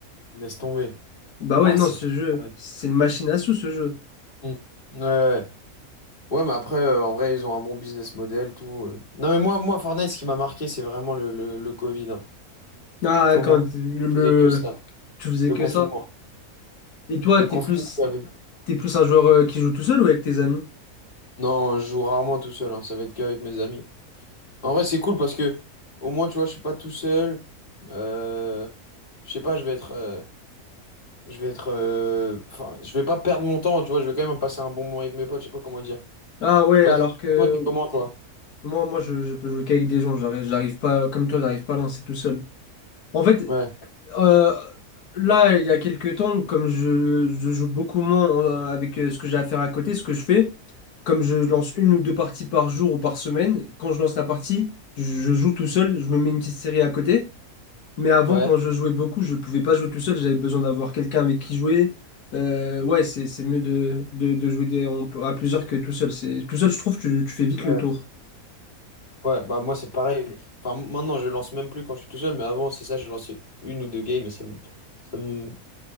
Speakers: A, on the left; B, on the left.
A: Laisse tomber.
B: Bah
A: Ouah,
B: ouais, non,
A: c'est...
B: ce jeu,
A: Ouais.
B: c'est une machine à sous ce jeu.
A: Mm. Ouais, ouais. Ouais, mais après, euh, en vrai, ils ont un bon business model, tout. euh. Non, mais moi, moi, Fortnite, ce qui m'a marqué, c'est vraiment le, le, le Covid. hein.
B: Ah,
A: Comment
B: quand le, le-
A: je faisais que ça?
B: tu faisais
A: Le
B: que
A: confinement.
B: ça. Et toi,
A: Le
B: t'es
A: confinement.
B: plus,
A: il y avait-
B: t'es plus un joueur euh, qui joue tout seul ou avec tes amis?
A: Non, je joue rarement tout seul, hein, Ça va être qu'avec mes amis. En vrai, c'est cool parce que au moins, tu vois, je suis pas tout seul. Euh, Je sais pas, je vais être. euh, Je vais être. euh, Enfin, je vais pas perdre mon temps, tu vois. Je vais quand même passer un bon moment avec mes potes. Je sais pas comment dire.
B: Ah ouais,
A: Je sais pas
B: alors
A: si
B: que
A: toi, t'es comment, toi?
B: moi, moi, je, je peux jouer qu'avec des gens. J'arrive, j'arrive pas, comme toi, j'arrive pas à lancer tout seul. En fait,
A: Ouais.
B: Euh, là, il y a quelques temps, comme je, je joue beaucoup moins euh, avec euh, ce que j'ai à faire à côté, ce que je fais, comme je lance une ou deux parties par jour ou par semaine, quand je lance la partie, je, je joue tout seul, je me mets une petite série à côté. Mais avant,
A: Ouais.
B: quand je jouais beaucoup, je pouvais pas jouer tout seul, j'avais besoin d'avoir quelqu'un avec qui jouer. Euh, ouais, c'est, c'est mieux de, de, de jouer des- en- à plusieurs que tout seul. C'est, tout seul, je trouve, tu, tu fais vite
A: Ouais.
B: le tour.
A: Ouais, bah moi, c'est pareil. Enfin, maintenant, je lance même plus quand je suis tout seul, mais avant, c'est ça, je lançais une ou deux games et ça me, ça me